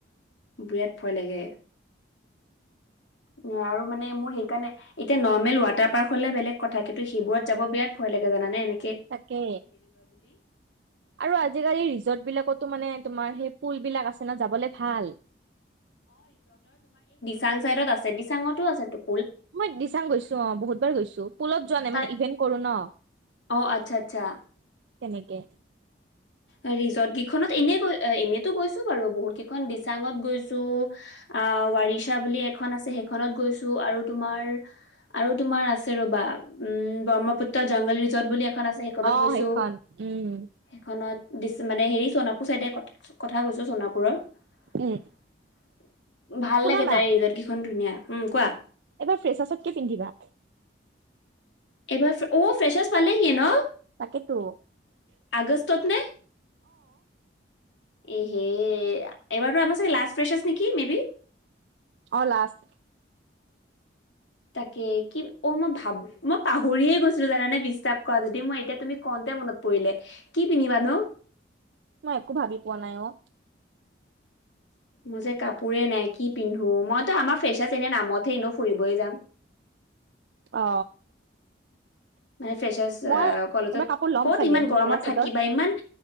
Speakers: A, on the left; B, on the right.
A: বিৰাট ভয় লাগে। অ, আৰু মানে মোৰ সেইকাৰণে এতিয়া নৰ্মেল ৱাটাৰ পাৰ্ক হলে বেলেগ কথা কিন্তু সইবোৰত যাব বিৰাট ভয় লাগে। জানানে এনে
B: তাকে আৰু আজিকালি ৰিজৰ্ট বিলাকতো মানে তোমাৰ সেই পুল বিলাক আছে না যাবলে ভাল।
A: চাঙ চাইডত আছে, দিচাঙতো আছে তোক
B: মই দিচাং গৈছো অ, বহুতবাৰ গৈছো পুলত যোৱা নাই
A: তাৰ
B: মানে ইভেন্ট কৰো ন।
A: অ আচ্ছা, আচ্ছা।
B: তেনেকে
A: ৰিজৰ্ট কেইখনত এনেই গৈ, অ, এনেতো গৈছো বাৰু বহুত কেইখন দিচাঙত গৈছো, আহ। ৱাৰিছা বুলি এখন আছে সেইখনত গৈছো আৰু তোমাৰ আৰু তোমাৰ আছে ৰ'বা ব্ৰহ্মপুত্ৰ জংগল ৰিজৰ্ট বুলি এখন আছে সেইখনত
B: অ
A: গৈছো।
B: সেইখন উম
A: সেইখনত মানে হেৰি সোণা পুৰ চাইডে কথা কৈছো সোনা পুৰত
B: উম
A: ভাল
B: শুনা
A: লাগে
B: না
A: তাই ৰিজৰ্ত কেইখন ধুনীয়া। উম, কোৱা?
B: এইবাৰ ফ্ৰেচাছত কি পিন্ধিবা
A: এইবাৰ অ ফ্ৰেছাছ পালেহি ন
B: তাকেইেতো
A: আগসত নে এহে এবাৰতো আমাৰ চাগে লাষ্ট ফ্ৰেছ আছ নেকি মে বি
B: অ লাষ্ট
A: তাকে কি অ মই ভাব মই পাহৰিয়ে গৈছিলো জানানে বিশ্বাস কৰা যদি মই এতিয়া তুমি ক মনত পৰিলে কি পিন্ধিবা নো
B: মই একো ভাবি পোৱা নাই অ
A: মোৰ যে কাপোৰে নাই কি পিন্ধো মইতো আমাৰ ফেচ এনে নামতহে এনেও ফুৰিবই যাম <inaudible>
B: অ
A: মানে ফ্ৰেচছ
B: মই
A: কলত
B: এবাৰ কাপোৰ ল'ম
A: ক'ত
B: চাগে
A: ইমান গৰমত
B: মেখেলা চাদৰ
A: থাকিবা ইমান